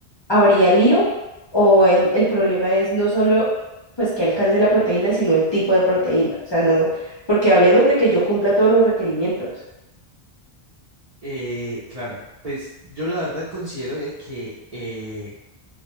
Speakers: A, on the left; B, on the right.
A: ¿habría lío? ¿O el, el problema es no solo pues que alcance la proteína, sino el tipo de proteína? O sea, no, porque hablemos de que yo cumpla todos los requerimientos.
B: Eh, claro, pues yo la verdad considero de que eh,